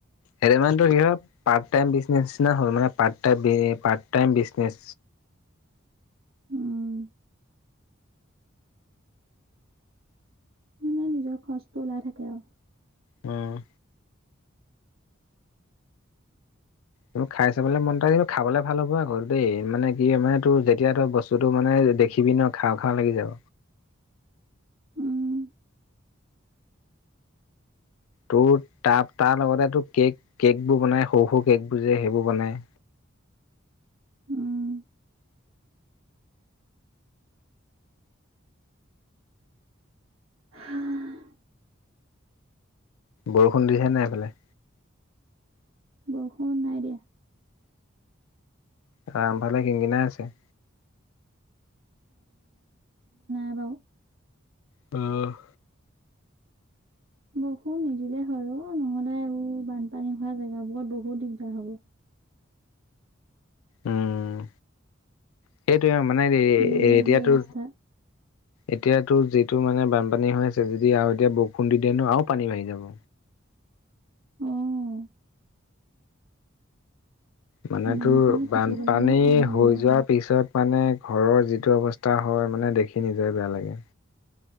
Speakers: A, on the left (about 85°); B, on the right (about 80°).
A: সেইটো মানে টোৰ কি হয় পাৰ্ত তাইম বিজনেছ নিচিনাই হল মানে পাৰ্ট টইম বি মানে পাৰ্ট টাইম বিজনেছ।
B: উম, মানে নিজৰ খৰচটো ওলাই থাকে আৰু।
A: উম উম খাই চাবলে মনতায় খাবলে ভাল হ'ব আকৌ দেই মানে কি মানে তোৰ যেতিয়া তই বচ- তুটো মানে দেখিবি ন খাওঁ খাওঁ লাগি যাব।
B: উম,
A: তোৰ তাৰ তাৰ লগতে তোৰ কেক কেকবোৰ বনাই সৰু সৰু কেকবোৰ যে সেইবোৰ বনাই।
B: উম হম
A: বৰুষুণ দিছে নাই সেইফালে?
B: বৰষুণ নাই দিয়া।
A: আমাৰ ফালে কিনকিনাই আছে।
B: হেল্ল'।
A: উম'
B: বৰষুণ নিদিলে হয় অ, নহলে এইবোৰ বানপানী হোৱা জেগাবোৰত বহুত দিগদাৰ হ'ব।
A: উম' সেইটোয়ে মানে
B: এনেয়ে
A: ‌এ‌ এতিয়াতো।
B: যি অৱস্থা।
A: এতিয়াতো যিটো মানে বানপানী হৈ আছে যদি আৰু এতিয়া বৰষুণ দি দিয়ে ন আৰু পানী বাঢ়ি যাব।
B: উম'
A: মানে
B: মানুহখিনি
A: তোৰ বানপানী
B: থাকিব লাগে ঠাই নহ'ব।
A: হৈ যোৱাত। পিছত মানে ঘৰৰ যিটো অৱস্থা হয় মানে দেখি নিজৰে বেয়া লাগে।